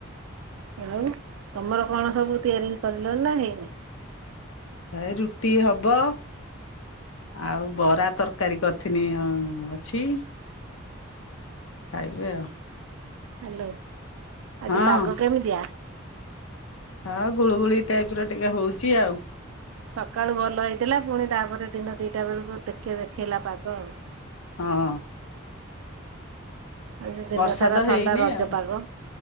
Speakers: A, on the right (about 80°); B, on the left (about 80°).
A: ଆଉ ତମର କଣ ସବୁ ତିଆରି କରିଲଣି ନାଁ ହେଇନେଇ?
B: ଏ ରୁଟି ହବ। ଆଉ ବରା ତରକାରୀ କରିଥିନି ଅଁ ଅଛି। ଖାଇବେ ଆଉ।
A: ହ୍ୟାଲୋ, ଆଜି
B: ଆଉ
A: ପାଗ କେମିତିଆ?
B: ହ ଗୁଳୁଗୁଳି ଟାଇପ ର ଟିକେ ହଉଚି ଆଉ।
A: ସକାଳୁ ଭଲ ହେଇଥିଲା ପୁଣି ତାପରେ ଦିନ ଦିଟା ବେଳକୁ ଦେଖେ ଦେଖେଇଲା ପାଗ ଆଉ।
B: ହଁ।
A: ଆଜି ଦିନ
B: ବର୍ଷା
A: ସାରା
B: ତ
A: ଥଣ୍ଡା
B: ହେଇନି
A: ରଜ
B: ଆଉ
A: ପାଗ